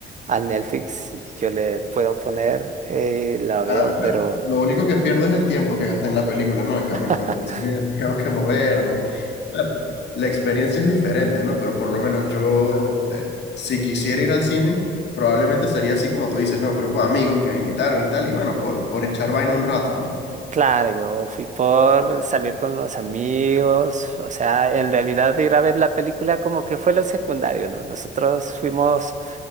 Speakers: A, on the right; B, on the left.
A: a Netflix yo le puedo poner, eh, la veo,
B: Claro, claro.
A: pero...
B: Lo único que pierdo es el tiempo que gasté en la película, ¿no?
A: <laughs>
B: En cambio, en cuanto al cine, <laughs> tengo que moverme. Claro, la experiencia es diferente, ¿no? Pero por lo menos yo, eh, si quisiera ir al cine, probablemente sería así como tú dices, ¿no? Un grupo de amigos y que me invitaron y tal, y bueno, por, por echar vaina un rato, ¿no?
A: Claro, yo fui por salir con los amigos, o sea, en realidad ir a ver la película como que fue lo secundario, ¿no? Nosotros fuimos